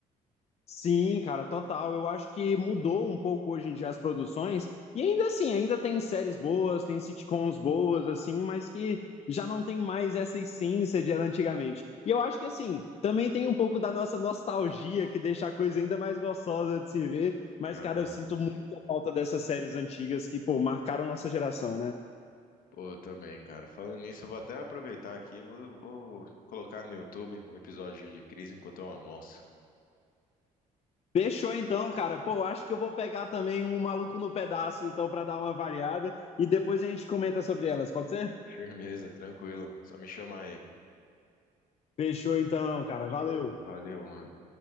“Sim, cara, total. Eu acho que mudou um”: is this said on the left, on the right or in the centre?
Left